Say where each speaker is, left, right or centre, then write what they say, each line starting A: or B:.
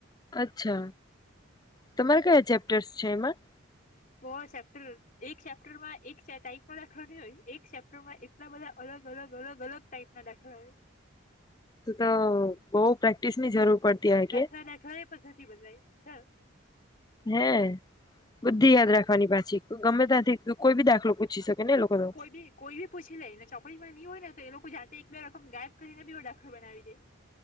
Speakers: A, on the left; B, on the left.
A: અચ્છા. તમારે કયા ચેપ સ છે એમાં?
B: બ ચેપ્ટર એક ચેપ્ટરમાં એક ટપ દાખલા ન હોય એક ચેપ્ટરમાં એટલા બધા અલગ અલગ અલગ અલગ ટાઈપ ના દાખલા હોય.
A: તો બઉ પ્રેક્ટિસ ની જરૂર પડતી હોય
B: દાખલા
A: કે
B: દાખલા એ પણ નથી બદલાય. સા
A: હે બુદ્ધિ યાદ રાખવાની પાછી. ગમે ત્યાં તું કોઈ બી દાખલો પૂછી શકે. ને એ લોકો તો
B: કોઈ બી કોઈ બી પૂછી લે ને ચોપડીમાં હોય ને તો એ લોકો જાતે એક બે રકમ ગાયબ કરીને બીવ દાખર બનાવી દે.